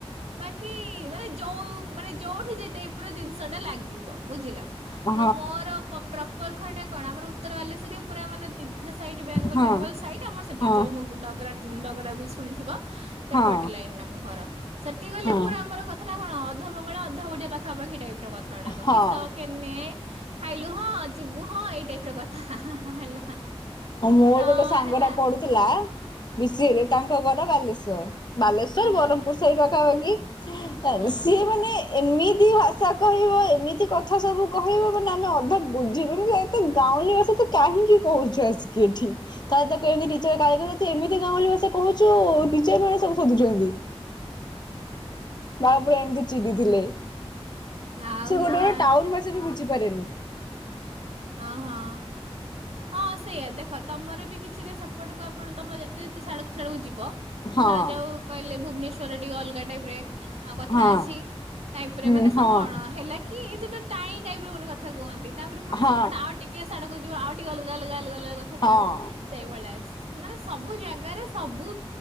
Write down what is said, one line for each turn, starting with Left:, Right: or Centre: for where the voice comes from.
Right: ବାକି ମାନେ ଯୋଉ ମାନେ ଯୋଉଠି ଯେ ଟାଇପ ର ଜିନିଷ ଟା ଲାଗିବ ବୁଝିଲ।
Left: ହଁ
Right: ତ ମୋର ପ୍ରପଲ ଘର ଟା କଣ ଆମର ଉତ୍ତର ବାଲେଶ୍ଵରରେ ପୁରା ମାନେ ଦିଗଘ ସାଇଟ୍ ବେଙ୍ଗଲ
Left: ହଁ
Right: ଫେଙ୍ଗଲ ସାଇଟ ଆମର ସେଠି
Left: ହଁ
Right: ଚଉମୁଡଗରା ଡଗରା ବି ଶୁଣିଥିବ। ସେ
Left: ହଁ
Right: ପଟ ଲାଗନି ଆମ ଘର। ସେଠି ଗଲେ
Left: ହଁ
Right: ପୁରା ଆମର କଥାଟା କଣ ଅଧ ବଙ୍ଗଳା ଅଧ ଓଡିଆ ପାଖାପାଖି ଟାଇପ କଥା ଗୁଡାକ
Left: ହଁ।
Right: କିସ କେନେ ଖାଇଲୁ ହଁ ଯିବୁ ହଁ ଏଇ ଟାଇପ ର କଥା ହେଲା।
Left: ମୋର
Right: ତ
Left: ଗୋଟେ ସାଙ୍ଗ
Right: ହେଲା
Left: ଟା ପଡୁଥିଲା ବି ସି ଏ ରେ ତାଙ୍କ ଘର ବାଲେଶ୍ଵର ବାଲେଶ୍ୱର
Right: ହଁ ହଁ।
Left: ବ୍ରହମପୁର ସହି <inaudible>
Right: ହୁଁ
Left: ସିଏ ମାନେ ଏମିତି ଭାଷା କହିବ ଏମିତି କଥା ସବୁ କହିବ ମାନ ଆମେ ଅଧିକ ବୁଝିବୁ ଏତେ ଗାଉଁଲି ଭାଷା ତ କାହିଁକି କଉ ଜସ କେ ଏଠୀ କଥ କେଚର କାରଗର ଏମିତି ଗାଁଳିଲିସ କରୁଚୁ ଟିଚର ମାନେ ସବୁ ଶୋଧୁଛନ୍ତି। ତାପରେ ଏମିତି ଚିଡି ଥିଲେ
Right: ଆଉ
Left: ସେ
Right: ହେଲା
Left: ଗୋଟେ ଗୋଟେ ଟାଉନ ଭାଷା ବି ବୁଝିପାରେନି।
Right: ହଁ ହଁ। ହଁ ସେଇଆ ଦେଖ ତମର ବି କିଛିଟ ସେପଟକୁ ଆପଣ ତମ ଯେତେ ଯେତେଡୁ ସଆଡକୁ ଯିବ
Left: ହଁ
Right: ଧର ଯାଉ କହିଲେ ଭୁବନେଶ୍୍ୱରରେ ଟିକେ ଅଲଗା ଟାଇପ ରେ କଥା
Left: ହଁ
Right: ଅଛି ଟାଇପ ରେ ମାନେ
Left: ହଁ ହଁ
Right: ସବୁ ଅଣ ହେଲା କି ଏ ଯଟ କାଇଁ ଟାଇପ କଥା କୁହନ୍ତି ତାପରେ ପୁଣି
Left: ହଁ
Right: ସବ ପ ଆଉ ଟିକେ ସଡକୁ ଯିବ ଆଉ ଟିକ ଗ ଗ ଗ ଗ କଥା ସବୁ
Left: ହଁ।
Right: ସେଇ ଭଳିଆସ ସେମାନେ ସବୁ ଜାଗାରେ ସବୁ